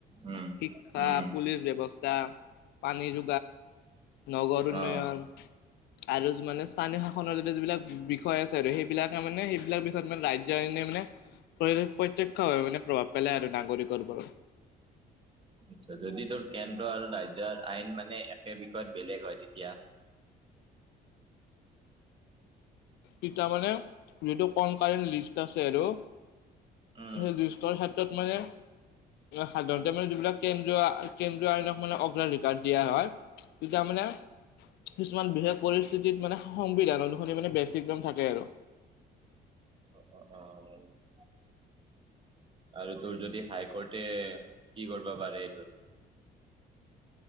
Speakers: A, on the right (about 30°); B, on the left (about 80°).
A: উম,
B: শিক্ষা
A: উম,
B: পুলিচ ব্যৱস্থা পানী য নগৰ উন্নয়ন
A: অ'।
B: আৰু মানে স্থানীয় শাসনৰ যিবিলাক বিষয় আছে আৰু সেইবিলাকে মানে সেইবিলাক বিষয়ত মানে ৰাজ্য আইনে মানে প্ৰত্যয়ক্ষভাৱে মানে প্ৰভাৱ পেলায় আৰু নাগৰিকৰ ওপৰত।
A: আচছা যদি তোৰ কেন্দ্ৰ আৰু ৰাজ্যয়ৰ আইন মানে একে বিষয়ত বেলেগ হয় তেতিয়া
B: তেতিয়া মানে যিহেতু কন কাৰণ্ লিষ্ট আছে আৰু
A: উম।
B: সেই যুৰ ক্ষেত্ৰত মানে সাধাৰণতে মানে যিবিলাক কেন্দ্ৰীয় কেন্দ্ৰীয় আইন মানে অগ্ৰাধিকাৰ দিয়া হয় তেতিয়া মানে কিছুমান বিশেষ পৰিস্থিতিত মানে সংবিধান অনুসৰি মানে <unintelligible> থাকে আৰু।
A: অ', অ', অ',। আৰু তোৰ যদি হাই কোৰ্টে কি কৰিব পাৰে এইটোত